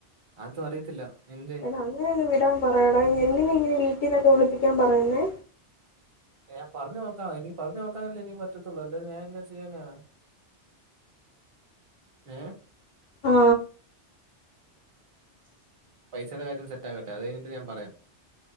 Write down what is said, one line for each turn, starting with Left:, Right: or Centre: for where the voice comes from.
Right: അതും അറിയത്തില്ല എന്തേ
Left: എടാ അങ്ങനെ അങ്ങ് വിടാൻ പറയടാ ഞ്ഞ് എന്തിന് ഇങ്ങനെ വീട്ടിന്നൊക്കെ വിളിപ്പിക്കാൻ പറയുന്നേ
Right: ഏ പറഞ്ഞു നോക്കാ എനി പറഞ്ഞു നോക്കാനല്ലേ എനി പറ്റത്തുള്ളൂ അല്ല ഞാന് എന്നാ ചെയ്യാനാ ഏ
Left: ആ
Right: ത്യടെ കാര്യം സെറ്റാക്കട്ടെ അത് കഴിഞ്ഞിട്ട് ഞാൻ പറയാ